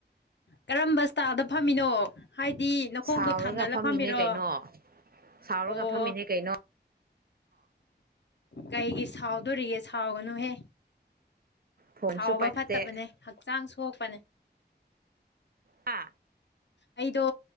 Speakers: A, on the left; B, on the right.
A: ꯀꯔꯝꯕ ꯁꯇꯥꯥꯏꯜꯗ ꯐꯝꯃꯤꯅꯣ ꯍꯥꯏꯗꯤ ꯅꯈꯣꯡꯗꯣ
B: ꯁꯥꯎꯔꯒ
A: ꯊꯥꯡꯒꯠꯂ
B: ꯐꯝꯃꯤꯅꯦ
A: ꯐꯝꯃꯤꯔꯣ
B: ꯀꯩꯅꯣ ꯁꯥꯎꯔꯒ
A: ꯑꯣ
B: ꯐꯝꯃꯤꯅꯦ ꯀꯩꯅꯣ
A: ꯀꯩꯒꯤ ꯁꯥꯎꯗꯣꯔꯤꯒꯦ ꯁꯥꯎꯒꯅꯨꯍꯦ
B: ꯐꯣꯟꯁꯨ
A: ꯁꯥꯎꯕ
B: ꯄꯥꯏꯈꯠꯇꯦ
A: ꯐꯠꯇꯕꯅꯦ ꯍꯛꯆꯥꯡ ꯁꯣꯛꯄꯅꯦ
B: ꯍꯥ
A: ꯑꯩꯗꯣ